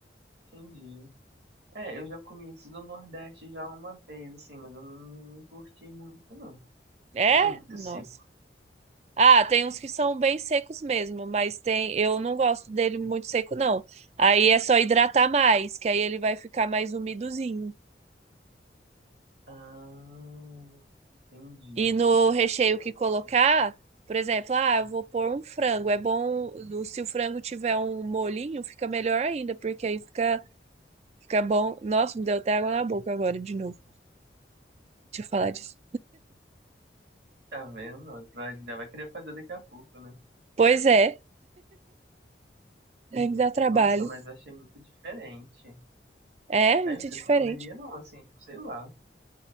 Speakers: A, on the right; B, on the right.
A: entendi. É, eu já comi isso do Nordeste já uma vez, assim, mas eu não curti muito, não.
B: É?
A: Eu achei muito
B: Nossa.
A: seco.
B: Ah, tem uns que são bem secos mesmo, mas tem, eu não gosto dele muito seco, não. Aí é só hidratar mais, que aí ele vai ficar mais umidozinho.
A: Ah, entendi,
B: E no recheio
A: entendi agora.
B: que colocar, por exemplo, ah, eu vou pôr um frango. É bom, se o frango tiver um molinho, fica melhor ainda, porque aí fica, fica bom. Nossa, me deu até água na boca agora de novo. Deixa eu falar disso.
A: Tá vendo? Vai- Já vai querer fazer daqui a pouco, né?
B: Pois é, aí me dá trabalho.
A: Nossa, mas eu achei muito diferente.
B: É
A: Aí,
B: muito
A: não sei
B: diferente.
A: se eu comeria, não, assim, tipo, sei lá.